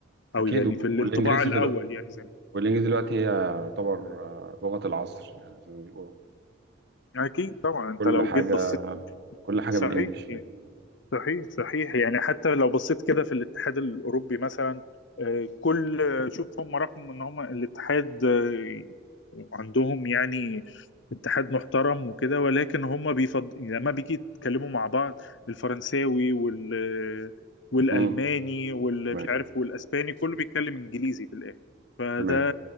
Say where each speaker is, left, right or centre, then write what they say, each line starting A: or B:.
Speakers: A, on the left (about 65°); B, on the right (about 55°).
A: او
B: اكيد
A: يعني في الانطباع
B: والانجليزي
A: الاول
B: دلوقتي
A: يعني زي
B: والانجليزي دلوقتي هي يعتبر آه، لغة العصر يعني زي ما بيقولوا
A: ما اكيد طبعا انت
B: كل
A: لو
B: حاجة
A: جيت بصيت
B: كل حاجة
A: صحيح
B: بالانجلش
A: يعني.
B: يعني
A: صحيح صحيح يعني حتى لو بصيت كده في الاتحاد الأوروبي مثلا آه، كل شوف هم رغم ان هم الاتحاد آه، عندهم يعني اتحاد محترم وكده ولكن هم بيفض لما بيجي يتكلموا مع بعض الفرنساوي وال والألماني
B: امم
A: واللي
B: تمام
A: مش عارف والأسباني كله بيتكلم إنجليزي في الآخر فده
B: تمام